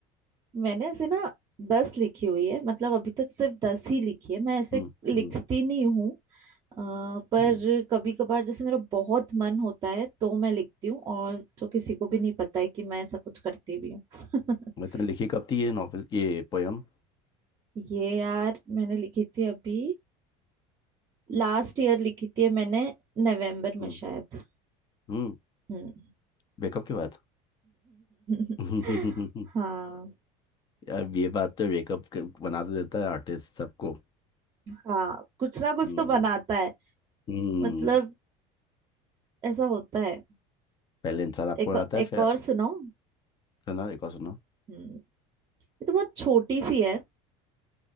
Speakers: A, on the right; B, on the left.
A: मैंने ऐसे ना दस लिखी हुई है मतलब अभी तक सिर्फ दस ही लिखी है मैं ऐसे
B: हम्म
A: लिखती
B: हम्म
A: नहीं हूँ अ, पर
B: हम्म।
A: कभी कभार जैसे मेरा बहुत मन होता है तो मैं लिखती हूँ और जो किसी को भी नहीं पता है कि मैं ऐसा कुछ करती भी हूँ <laughs>
B: इतने लिखी कब थी ये नॉवेल ये पोयम
A: ये यार मैंने लिखी थी अभी लास्ट ईयर लिखी थी मैंने नवंबर
B: हम्म
A: में शायद
B: हम्म
A: हम्म
B: ब्रेकअप के बाद
A: <laughs>
B: <laughs>
A: हाँ
B: अब ये बात तो ब्रेकअप बना तो देता है आर्टिस्ट सबको
A: हाँ कुछ ना कुछ
B: हम्म
A: तो बनाता है
B: हम्म
A: मतलब ऐसा होता है
B: पहले इंसान आपको
A: एक
B: बनाता है
A: एक
B: फिर
A: और सुनो
B: सुना एक और सुना
A: हम्म ये तो बहुत छोटी सी है